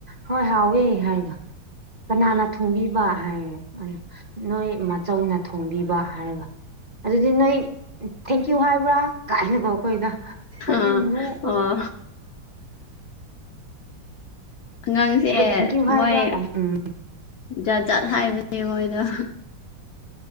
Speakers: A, on the right; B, on the left.
A: ꯍꯣꯏ ꯍꯥꯎꯋꯦ ꯍꯥꯏꯔꯒ ꯀꯅꯥꯅ ꯊꯣꯡꯕꯤꯕ ꯍꯥꯏꯔꯦ ꯑꯗꯨ ꯅꯣꯏ ꯃꯥꯆꯧꯅ ꯊꯣꯡꯕꯤꯕ ꯍꯥꯏꯔꯒ ꯑꯗꯨꯗꯤ ꯅꯣꯏ ꯊꯦꯡꯀ꯭ꯌꯨ ꯍꯥꯏꯕ꯭ꯔꯥ ꯀꯥꯏꯅꯀꯣ ꯑꯩꯈꯣꯏꯗ ꯑꯈꫭꯏꯖꯤ
B: ꯑꯥ
A: ꯅꫭꯛꯄꯖꯤ
B: ꯑꯣ ꯑꯉꯥꯡꯁꯦ
A: ꯊꯦꯡꯀ꯭ꯌꯨ ꯍꯥꯏꯕ꯭ꯔꯥ
B: ꯃꯣꯏ
A: ꯀꯥꯏꯅ ꯎꯝ
B: ꯖꯥ ꯖꯥꯠ ꯍꯥꯏꯕꯅꯦ ꯃꯣꯏꯗꫭ